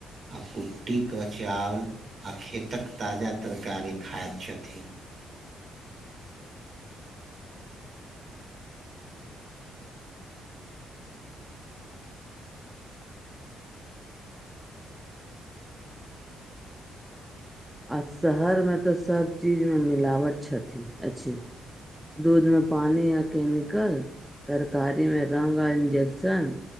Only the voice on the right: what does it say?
आ कुट्टी के चाावल आ खेतक ताजा तरकारी खाइत छथि।